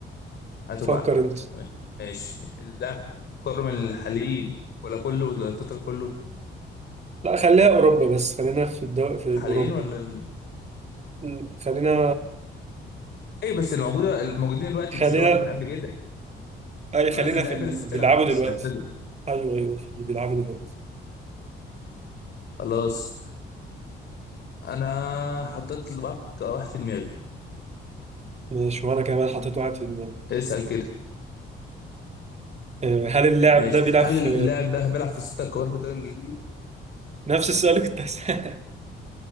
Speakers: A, on the left; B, on the right.
A: هتبقى
B: فكر انت
A: ماشي اللاعب كوره من الحاليين ولا كله ولا التوتال كله
B: لا خليها اوروبا بس خلينا في الدو... في
A: الحاليين
B: اوروبا
A: ولا ال...
B: م، خلينا
A: اي بس الموجوده الموجودين دلوقتي
B: خلينا
A: مش اللي هو اللي كان قبل كده
B: اي خلينا
A: انا قصدي اللاعب
B: في اللي
A: اللي لسه بتلعب
B: بيلعبوا
A: مش
B: دلوقتي
A: اللي اعتزل
B: ايوه ايوه في اللي بيلعبوا دلوقتي
A: خلاص انا حطيت لك واحد في دماغي
B: ماشي وانا كمان حطيت
A: مم.
B: واحد في دماغي
A: اسأل كده
B: آه، هل اللاعب
A: ماشي
B: ده بيلعب
A: هل
B: في
A: اللاعب ده بيلعب في الستة الكبار في الدوري الإنجليزي
B: نفس السؤال اللي كنت هسأله